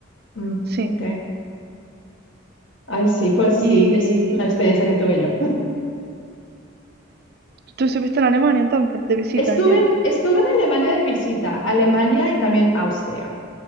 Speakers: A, on the left; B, on the right.
A: Mm,
B: Sí.
A: ok. Ay, sí, pues
B: Y
A: sí, esa es la experiencia que tuve yo.
B: tú estuviste en Alemania entonces,
A: <laughs>
B: de visita,
A: Estuve
B: entiendo.
A: en, estuve en Alemania de visita, Alemania y también Austria.